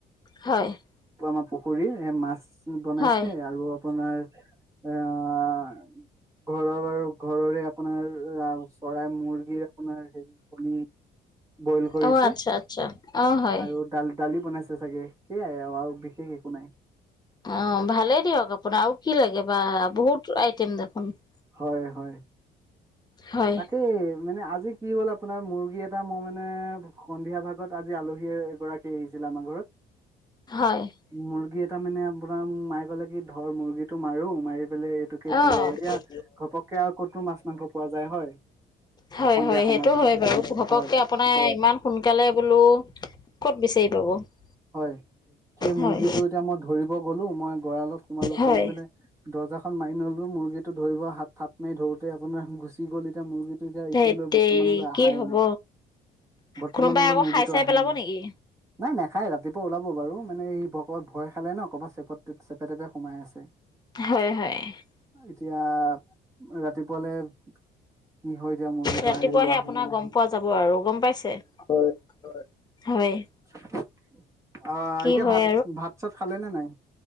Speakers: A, on the left; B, on the right.
A: হয়। <unintelligible>
B: <unintelligible> আমাৰ পুখুৰীৰ এ মাছ বনাইছে
A: হয়।
B: আৰু আপোনাৰ আহ ঘৰৰ বাৰু ঘৰৰে আপোনাৰ <unintelligible> চৰাই, মুৰ্গীৰ আপোনাৰ কণী বইল কৰিছে
A: অ', আচ্ছা, আচ্ছা, অ', হয়।
B: আৰু <unintelligible> দালি-দালি বনাইছে চাগে সেয়াই আৰু-আৰু বিশেষ একো নাই। <unintelligible>
A: অঁ! ভালেই দিয়ক আপোনাৰ আৰু কি লাগে বা বহুত আইটেম দেখোন। <unintelligible>
B: হয়-হয়। <inaudible>
A: হয়,
B: তাকেই মানে আজি কি হ'ল আপোনাৰ মুৰ্গী এটা মই মানে <unintelligible> সন্ধিয়া ভাগত আজি আলহী এগৰাকী আহিছিলে আমাৰ ঘৰত। <unintelligible>
A: হয়। <unintelligible>
B: মুৰ্গী এটা মানে আপোনাৰ মায়ে ক'লে কি ধৰ মুৰ্গীটো মাৰো, মাৰি পেলাই <unintelligible>
A: অঁ! <unintelligible>
B: আৰু এতিয়া
A: <unintelligible>
B: ঘপককে আৰু ক'তো মাছ মাংস পোৱা যায় হয়
A: হয়-হয়,
B: সন্ধিয়া সময়ত
A: সেইটো হয় বাৰু ঘপককে
B: হয়
A: আপোনাৰ ইমান সোনকালে বোলো ক'ত বিচাৰি পাব। <unintelligible>
B: হয়। সেই
A: হয়
B: মুৰ্গীটো এতিয়া মই ধৰিব গলোঁ, মই গঁৰালত সোমালো,
A: হয়
B: সোমাই পেলাই <unintelligible> দৰ্জাখন মাৰি নললো। মুৰ্গীটো ধৰিব হাত থাপ মাৰি ধৰোতে আপোনাৰ গুচি গ'ল এতিয়া মুৰ্গীটো। <unintelligible> <unintelligible> যে
A: ধেত
B: এতিয়ালৈ
A: তেৰি
B: বৰ্তমানলৈ অহাই
A: কি হ'ব
B: নাই। বৰ্তমানলৈ
A: কোনোবাই আকৌ
B: মুৰ্গীটো
A: খাই চাই
B: অহাই
A: পেলাব
B: নাই।
A: নেকি
B: নাই-নাই <unintelligible> খাই ৰাতিপুৱা ওলাব বাৰু মানে ক'ৰবাত ভয় খালে ন। ক'ৰবাত চেপেট-চেপেটাতে সোমাই আছে। <unintelligible>
A: হয়-হয়। <unintelligible>
B: এতিয়া ৰাতিপুৱালে কি হয়? <unintelligible>
A: ৰাতিপুৱাহে
B: আহে নে নাহে
A: আপোনাৰ গম পোৱা যাব আৰু গম পাইছে? <unintelligible> হয়।
B: <unintelligible> অঁ,
A: কি
B: এতিয়া
A: হয়
B: ভাত-ভাত-চাত খালে নে নাই?